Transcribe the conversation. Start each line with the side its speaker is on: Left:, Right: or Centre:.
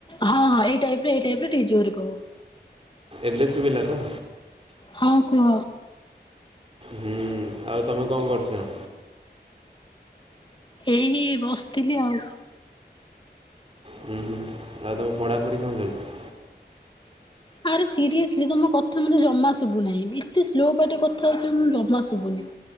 Left: ହଁ ହଁ ଏଇ ଟାଇପ୍ ରେ, ଏଇ ଟାଇପ ରେ ଟିକେ ଜୋରେ କୁହ।
Right: ଏବେ ଶୁଭିଲା ତ?
Left: ହଁ କୁହ।
Right: ହୁଁ ଆଉ ତମେ କଣ କରୁଛ?
Left: ଏଇ ବସିଥିଲି ଆଉ।
Right: ହୁଁ ହୁଁ, ଆଉ ତମ ପଢ଼ାପଢ଼ି କଣ ଚାଲିଛି?
Left: ଆରେ ସିରିଏସ୍ଲି ତମ କଥା ମୋତେ ଜମା ଶୁବୁନାହିଁ, ଏତେ ସ୍ଲୋ ପାଟିରେ କଥା ହଉଛ ମୁଁ ଜମା ଶୁଭୁନି।